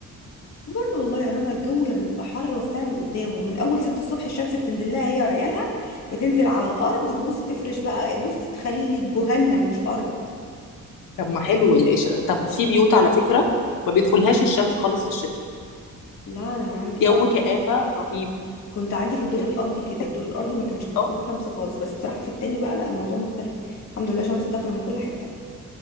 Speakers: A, on the left (about 55°); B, on the left (about 75°).
A: برضه والله يا رنا الجو لما بيبقى حر والساعة من قدامه من أول ست الصبح الشمس بتنزل لها هي وعيالها بتنزل على الأرض تبص تفرش بقى بص تخلي جهنم مش أرض
B: طب ما حلو الإش... طب في بيوت على فكرة ما بيدخلهاش الشمس خالص في الشتاء
A: لا أنا عندي
B: جو
A: اه
B: كآبة رهيب
A: كنت عندي في الدور
B: لكن
A: الأرضي كده
B: تحس
A: الدور الأرضي ما كانش بيدخله
B: اه
A: شمس خالص بس بصراحة في التاني بقى لا الموضوع مختلف الحمد لله شمس داخلة من كل حتة يعني